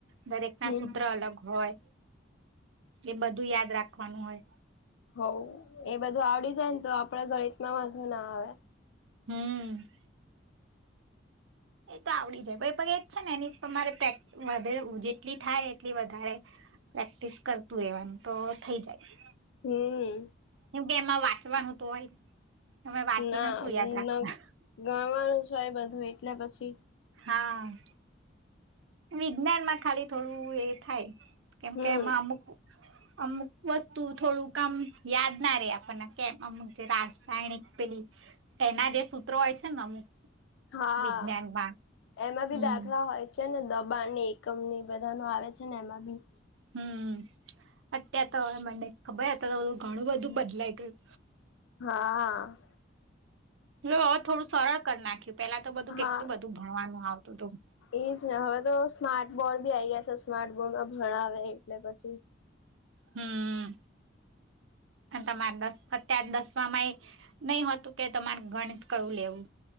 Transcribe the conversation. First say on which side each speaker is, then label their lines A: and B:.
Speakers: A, on the right; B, on the left.
A: દરેકના
B: હમ
A: સૂત્ર અલગ હોય એ બ ધું યાદ રાખવાનું હોય.
B: હવ એ બધું આવડી જાયને તો આ પણે ગણિતમાં વાંધો ના આવે.
A: હમ્મ. એ તો આવડી જાય <unintelligible> એ જ છે ને એની તમારે પ્રેક વધે જેટલી થાય એટલી વધારે પ્રેક્ટિસ કરતું રહેવાનુ તો થઈ જાય.
B: હમ્મ.
A: એ કે એમાં વાંચવાનું તો હોય. તમે વાંચીને
B: ના
A: શું
B: ન
A: યાદ
B: ગણવાનું
A: રાખવા
B: જ હોય બધું એ ને પછી
A: હા. વિજ્ઞાનમાં ખાલી થોડું એ થાય. કેમકે
B: હમ
A: એમાં અમુક અમુક વસ્તુ થોડું કામ યાદ ના રે આપણને કેમ અમુક જે રાસાયણિક પેલી એના જે સૂત્રો હોય છે ને અમુક
B: હા
A: વિજ્ઞાનમાં
B: એમાં બી
A: હમ
B: દાખલા હોય છે છે ને દબાણ ને એકમ ને એ બધા નો આવે છે ને એમાં બી
A: હમ અત્યારે તો મને ખબરત તો ઘણું બધું બદલાઈ ગયું
B: હા
A: લ્યો હવે થોડું સરળ કરી નાખ્યું પેલા તો બધું
B: હા
A: કેટલું બધું ભણવાનું આવતું હતું
B: એજ ને હવે તો સ્માર્ટ બોર્ડ બી આ ગયા છે સ્માર્ટ બોડમાં ભણાવે એટલે પછી-
A: હમ તમારે દસ અત્યાર દસમાં એ નઈ હોતું, કે તમારે ગણિત કયું લેવું.